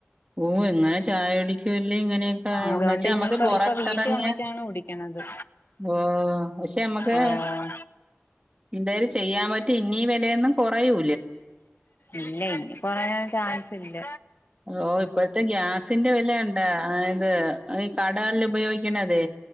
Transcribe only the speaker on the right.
ഓ എങ്ങനെ ചായ ിക്ക ഇങ്ങനെയൊക്കെ
എന്നച്ച നമ്മക്ക്
പുൊറത്തിറങ്ങിയ
ഓ പക്ഷെ നമ്മുക്ക്
എന്തായാലും ചെയ്യാൻ പറ്റ പിന്നീ വെലയൊന്നും കൊറയൂ
ഓ ഇപ്പോഴത്തെ ഗ്യാസിന്റെ വിലണ്ട അത് ഈ കടകൾല് ഉപയോഗിക്കണതേ